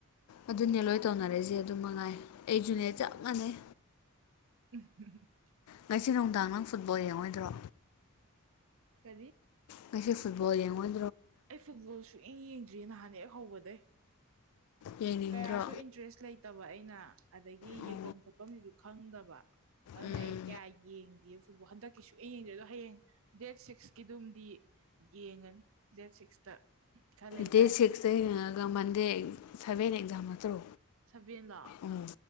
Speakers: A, on the left (about 80°); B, on the right (about 65°).
A: ꯑꯗꯨꯅꯦ ꯂꯣꯏ ꯇꯧꯅꯔꯤꯛꯏꯁꯦ ꯑꯗꯨ ꯃꯉꯥꯏ ꯑꯩꯁꯨꯅꯦ
B: ꯄꯨꯟꯁꯤ
A: ꯆꯞ ꯃꯥꯟꯅꯩ
B: <unintelligible>
A: ꯉꯁꯤ ꯅꯨꯡꯗꯥꯡ ꯅꯪ ꯐꯨꯠꯕꯣꯜ ꯌꯦꯡꯉꯣꯏꯗ꯭ꯔꯣ
B: ꯀꯔꯤ
A: ꯉꯁꯤ ꯐꯨꯠꯕꯣꯜ ꯌꯦꯡꯉꯣꯏ
B: ꯑꯩ ꯐꯨꯠꯕꯣꯜ ꯁꯨ ꯌꯦꯡ ꯌꯦꯡꯗ꯭ꯔꯤꯌꯦ ꯅꯍꯥꯟ ꯌꯦꯛ ꯍꯧꯕꯗꯩ
A: ꯌꯦꯡꯅꯤꯡꯗ꯭ꯔꯣ
B: ꯀꯌꯥꯁꯨ ꯏꯟꯇꯔꯦꯁ ꯂꯩ ꯇꯕ ꯑꯩꯅ ꯑꯗꯒꯤ
A: ꯑꯣ
B: ꯌꯦꯡꯕꯝ ꯈꯣꯠꯄꯝꯖꯤꯖꯨ ꯈꯪꯗꯕ ꯑꯗꯨꯅ
A: ꯎꯝ
B: ꯑꯩ ꯀꯌꯥ ꯌꯦꯡꯗꯦ ꯑꯗꯨꯕꯨ ꯍꯟꯗꯛꯀꯤ ꯁꯨꯌꯦꯡ ꯌꯦꯡꯗꯦ ꯑꯗꯣ ꯍꯌꯦꯡ ꯗꯦꯠ ꯁꯤꯛꯁꯀꯤꯗꯨꯝꯗꯤ ꯌꯦꯡꯉꯅꯤ ꯗꯦꯠ ꯁꯤꯛꯁꯇ ꯈꯔ ꯂꯩꯗꯥꯏ
A: ꯗꯦꯠ ꯁꯤꯛꯁꯇ ꯌꯦꯡꯉꯒ ꯃꯟꯗꯦ ꯁꯚꯦꯟ ꯑꯦꯛꯖꯥꯝ ꯅꯠꯇ꯭ꯔꯣ
B: ꯁꯚꯦꯟꯂꯣ
A: ꯎꯝ